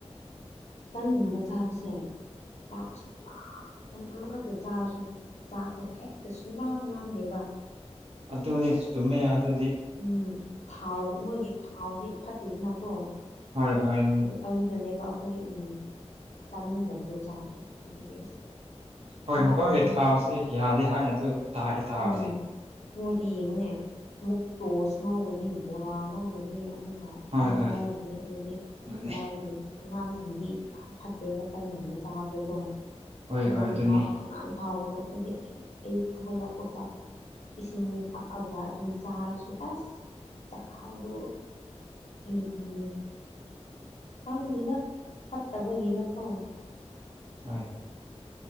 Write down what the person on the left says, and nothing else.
ꯇꯟꯒꯨꯝꯕ ꯆꯥꯕꯁꯦ ꯆꯥꯛ ꯁ ꯇꯟ ꯑꯃꯈꯛꯇ ꯆꯥꯔꯁꯨ ꯆꯥꯛꯁꯦ ꯍꯦꯛꯇ ꯁꯨꯡꯂꯥꯝ ꯂꯥꯝꯗꯦꯕ
ꯎꯝ ꯊꯥꯎ ꯃꯣꯏꯒꯤ ꯊꯥꯎꯗꯤ ꯐꯠꯇꯦꯗꯅꯀꯣ
ꯑꯗꯨ ꯑꯗꯨꯅꯅꯦꯕ ꯑꯩꯈꯣꯏ ꯎ ꯆꯥꯅꯤꯡꯗꯕꯗꯣ ꯆ ꯑꯗꯨꯒꯤ ꯑꯁ
ꯆꯥꯛ
ꯑꯗꯨꯝ
ꯎꯝ ꯃꯣꯏꯗꯤ ꯌꯦꯡꯉꯨꯅꯦ ꯑꯃꯨꯛ ꯇꯣꯁ ꯉꯧꯒꯅꯤ ꯕꯣꯔꯥ ꯉꯧꯒꯅꯤ ꯑꯃꯨꯛ ꯀꯣ
ꯄꯟ
ꯉꯧꯕꯅꯤ ꯑꯗꯨꯗꯤ
ꯀꯗꯥꯏꯒꯤꯗꯤ ꯑꯉꯥꯡꯁꯤꯡꯗꯤ ꯌꯥꯝ ꯐꯠꯇꯦꯕꯟꯒꯨꯝꯕ ꯆꯥꯕꯗꯨꯀꯣ
ꯑꯉꯥꯡ
ꯐꯥꯎ ꯑꯉꯥꯡ ꯑꯐꯥꯎꯕꯗ ꯍꯥꯏꯗꯤ ꯑꯌꯨꯛ ꯍꯧꯒꯠꯂꯛꯄꯒ ꯏꯁꯤꯡ ꯊꯛꯑꯒ ꯑꯗꯨꯝ ꯆꯥꯔꯁꯨ ꯑꯁ ꯆꯈꯥꯎꯗꯣ ꯎ ꯎꯝ ꯀꯪ ꯂꯤꯗ ꯍꯠꯇꯕꯒꯤꯔ ꯀ